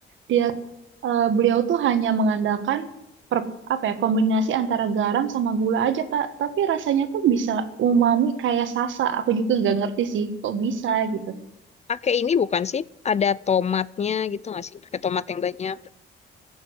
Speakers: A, on the right; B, on the left.
A: Dia eh, beliau tuh hanya mengandalkan per, apa ya kombinasi antara garam sama gula aja Kak. Tapi rasanya tuh bisa umami kayak sasa. Aku juga nggak ngerti sih kok bisa
B: Hmm,
A: gitu.
B: Pakai ini bukan sih? Ada tomatnya gitu nggak sih? Pakai tomat yang banyak.